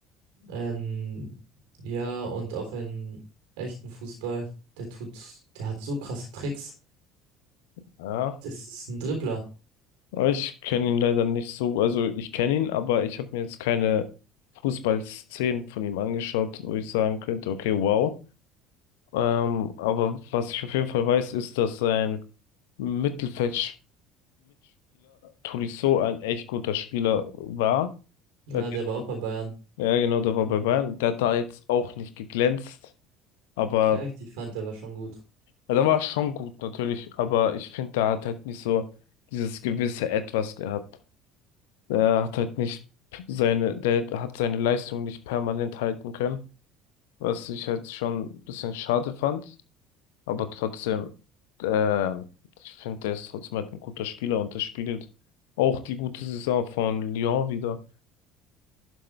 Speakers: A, on the right; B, on the left.
A: Ähm, ja, und auch in echten Fußball, der tut, der hat so krasse Tricks.
B: Ja.
A: Das ist ein Dribbler.
B: Aber Ich kenne ihn leider nicht so. Also ich kenne ihn, aber ich habe mir jetzt keine Fußballszenen von ihm angeschaut, wo ich sagen könnte, okay, wow. Ähm, aber was ich auf jeden Fall weiß, ist, dass sein Mittelfeld-Mitspieler Tolisso ein echt guter Spieler war.
A: Ja,
B: Der hat-
A: der war auch bei Bayern.
B: Ja, genau, der war bei Bayern. Der hat da jetzt auch nicht geglänzt, aber
A: Echt, ich fand, der war schon gut.
B: ja, der war schon gut natürlich. Aber ich finde, der hat halt nicht so dieses gewisse Etwas gehabt. Er hat halt nicht seine, der hat seine Leistung nicht permanent halten können, was ich halt schon ein bisschen schade fand. Aber trotzdem, äh, ich finde, der ist trotzdem halt ein guter Spieler und das spiegelt auch die gute Saison von Lyon wieder.